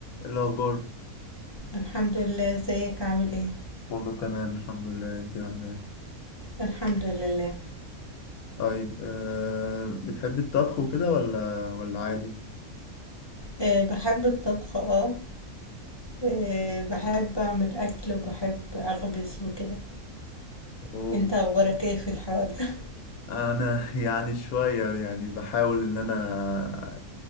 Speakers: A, on the left (about 75°); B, on the left (about 30°).
A: إيه الأخبار؟
B: الحمد لله ازيك عامل ايه
A: والله تمام الحمد لله انت عامله ايه؟
B: الحمد لله
A: طيب أه بتحبي الطبخ وكده ولا ولا عادي؟
B: أه بحب الطبخ اه آه، بحب اعمل اكل وبحب اخبز وكده
A: أوه.
B: انت اخبارك ايه في الحوار ده
A: أنا <laughs> يعني شوية يعني بحاول إن أنا